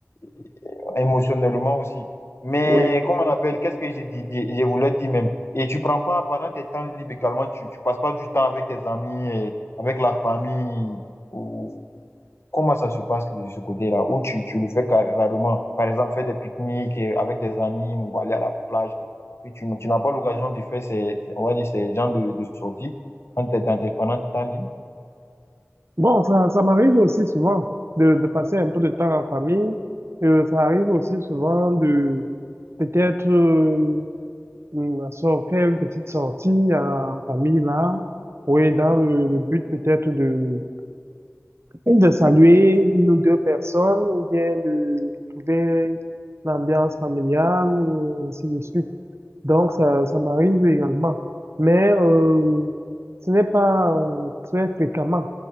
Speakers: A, on the left; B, on the right.
A: euh, émotionnellement aussi. Mais
B: oui.
A: comment on appelle, qu'est-ce que j'ai dit, je, je voulais dire même. Et tu prends pas, pendant tes temps libres également, tu, tu passes pas du temps avec tes amis, et avec la famille. ou Comment ça se passe de ce côté-là, où tu, tu le fais car- rarement? Par exemple, faire des pique-niques euh, avec des amis ou aller à la plage. Et tu, tu n'as pas l'occasion de faire ces, ces- on va dire, ces genres de, de sorties quand tu es dans tes, pendant tes temps libres.
B: Bon, ça, ça m'arrive aussi souvent de, de passer un peu de temps en famille. Euh, ça arrive aussi souvent de peut-être euh, mm, sort- faire une petite sortie en en famille, là, oui, dans le, le but peut-être de et de saluer une ou deux personnes ou bien de retrouver l'ambiance familiale, et ainsi de suite. Donc, ça, ça m'arrive également. Mais euh, ce n'est pas euh, très fréquemment.